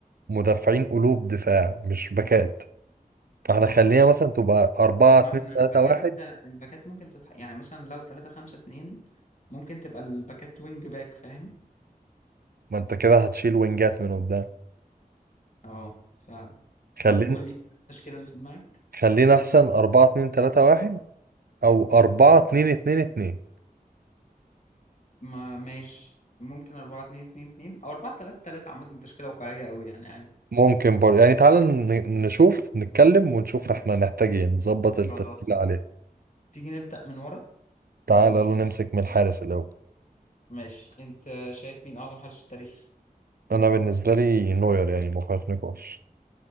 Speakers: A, on the right; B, on the left.
A: مدافعين قلوب دفاع مش باكات فاحنا خلينا مثلا تبقى 4
B: ما
A: 2
B: احنا الباكات
A: 3 1
B: الباكات ممكن تتح... يعني مثلا لو 3 5 2 ممكن تبقى الباكات وينج باك فاهم؟
A: ما انت كده هتشيل وينجات من قدام
B: اه
A: خلينا
B: طب قول لي التشكيلة اللي في دماغك
A: خلينا احسن 4 2 3 1 او 4 2 2 2
B: ما ماشي ممكن 4 2 2 2 او 4 3 3 عامة تشكيلة واقعية قوي يعني عادي
A: ممكن برضه يعني تعالى ن- نشوف نتكلم ونشوف احنا نحتاج ايه نظبط التشكيلة
B: خلاص
A: عليها
B: تيجي نبدأ من ورا
A: تعالى لو نمسك من الحارس الأول
B: ماشي انت شايف مين اعظم حارس في التاريخ
A: أنا بالنسبة لي نوير يعني ما فيهاش نقاش